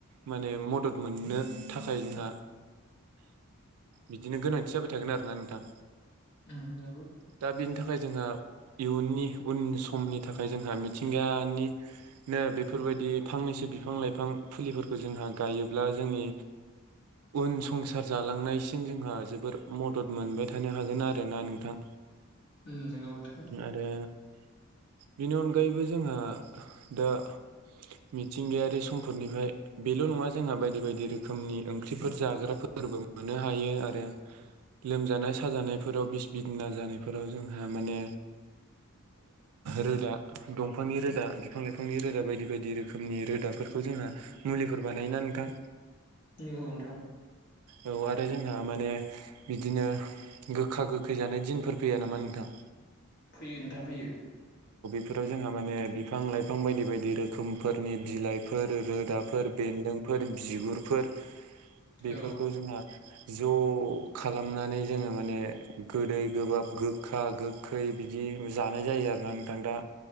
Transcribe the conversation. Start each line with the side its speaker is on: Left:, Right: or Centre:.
Right: माने मदद मोननो थाखाय जोंहा बिदिनो गोनांथि जाबाय थागोन आरोना नोंथां
Left: उम नंगौ
Right: दा बेनि था खाय जोंहा इयुननि उन समनि थाखाय जोंहा मिथिंगानिनो बेफोर बायदि फांनैसो बिफां-लाइफां फुलिफोरखौ जोंहा गायोब्ला जोंनि उन संसार जालांनायसिम जोंहा जोबोर मदद मोनबाय थानो हागोन आरोना नोंथां।
Left: उम नंगौ नोंथां
Right: आरो बेनि अनगायैबो जोंहा दा मिथिंगायारि समफोरनिफ्राय बेल' नङा जोंहा बायदि-बायदि रोखोमनि ओंख्रिफोर जाग्रा फोरबो मोननो हायो आरो लोमजानाय साजानायफोराव बिस-बिदिना जानायफोराव जों माने रोदा, दंफांनि रोदा, बिफां-लाइफांनि रोदा बायदि बायदि रोखोमनि रोदाफोर खौ जोंहा मुलिफोर बानायोना नोंथां।
Left: नंगौ नोंथां।
Right: औ आरो जोंहा माने बिदिनो गोखा-गोखै जानाय दिनफोर फैया नामा नों थां।
Left: फैयो नोंथां फैयो।
Right: बेफोराव जोंहा माने बिफां-लाइफां बायदि बायदि रोखोमफोरनि बिलाइफोर, रोदाफोर बेन्दों फोर बिगुरफोर बेफोरखौ
Left: औ
Right: जोंहा ज' खालामनानै जोङो माने गोदै गोबाब गो खा-गोखै बिदि जानाय जायो आरोना नोंथां। दा